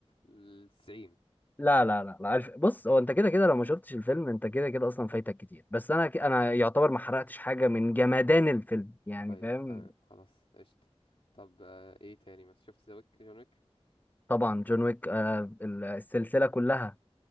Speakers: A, on the left; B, on the left.
A: التسعين
B: لا لا لا لا عارف بص هو انت كده كده لو ما شفتش الفيلم انت كده كده اصلا فايتك كتير بس انا ك- انا يعتبر ما حرقتش حاجه من جمدان الفيلم يعني
A: طيب
B: فاهم
A: تمام خلاص قشطة طب آه، ايه تاني مثلا شفت ذا ويك جون ويك
B: طبعا جون ويك آه ال- السلسله كلها